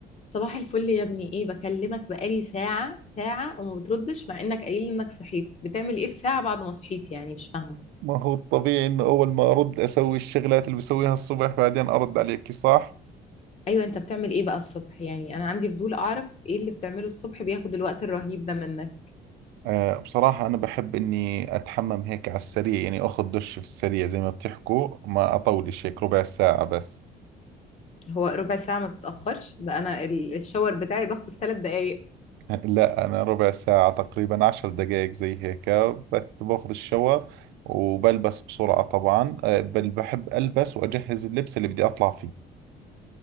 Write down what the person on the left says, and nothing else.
صباح الفل يا ابني ايه بكلمك بقالي ساعة ساعة وما بتردش مع انك قايل لي انك صحيت بتعمل ايه في ساعة بعد ما صحيت يعني مش فاهمة
ايوه انت بتعمل ايه بقى الصبح يعني انا عندي فضول اعرف ايه اللي بتعمله الصبح بياخد الوقت الرهيب ده منك
هو ربع ساعة ما بتتأخرش ده انا ال- الشاور بتاعي باخده في ثلاث دقايق